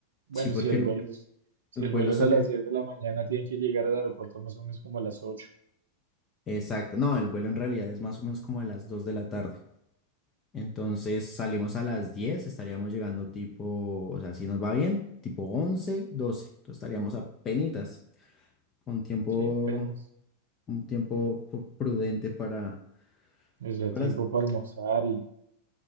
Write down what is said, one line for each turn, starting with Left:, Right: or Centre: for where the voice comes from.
Right: Bueno,
Left: sí, porque
Right: si el
Left: el,
Right: vuelo es, si
Left: el vuelo
Right: el vuelo
Left: sale,
Right: es a las 10 de la mañana, tienen que llegar al aeropuerto más o menos como a las ocho.
Left: exacto, no, el vuelo en realidad es más o menos como a las 2 de la tarde, entonces salimos a las 10 estaríamos llegando tipo, o sea, si nos va bien, tipo 11 12 entonces estaríamos a penitas con tiempo
Right: Sí, apenas.
Left: un tiempo pu- prudente para,
Right: Les da
Left: para...
Right: tiempo para almorzar y...